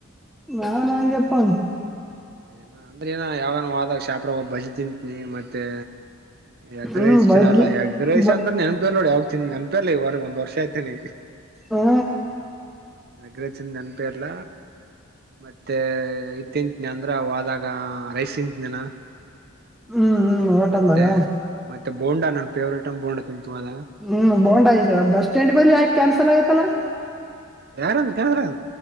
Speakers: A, in the centre; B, on the right.
A: ನಾ ನಾಂಗಗೆಪ್ಪಾ
B: ಏನ ಅಂದ್ರೆ ಏನ ಯಾವಾಗ ವ ಆದಾಗ ಶಾಪ್ರ ಬಜಿ ತಿಂತನಿ ಮತ್ತೆ ಎಗ್ರಸ್ಿನಲ್ಲ
A: ಹ್ಮ್ ಬಜ್ಜಿ
B: ಎಗ್ರೈ್ಸ್
A: ಬ
B: ಅಂತ್ರ ನೆನ್ಪಿರ್ ನೋಡಿ ಯಾವ ತಿಿ ನೆನ್ಪಿರ್ಲಿ ಒಂದ್ ವರ್ಷ ಆಯತೆನೆ
A: ಹಾ
B: ನಗ್ರ ಚಂದ ನೆನಪೇ ಇಲ್ಲ ಮತ್ತೆ ಇತ್ತ ನ ಅಂದ್ರೆ ಅವದಾಗ ರೈಸ್ ತಿಂತ ನಾನ
A: ಹ್ಮ್ ಹ್ಮ್ ಹೋಟೆಲ್ದಾಗ
B: ಮತ್ತೆ ಮತ್ತೆ ಬೋಂಡಾ ನನ್ ಫೇವ್ರೇಟ್ ಅ ಬೋಂಡಾ ತಿಂತು ಆದದಾಗ
A: ಹ್ಮ್ ಬೋಂಡ್ಯ್ ಬಸ್ ಸ್ಟ್ಯಾಂಡ್ ಬಳಲಿ ಯಾೆ ಕ್ಯಾನ್ಸಲ್ ಆಗತ್ತಲ್ಲಾ
B: ಯಾರ ಕೇಳಿದ್ರ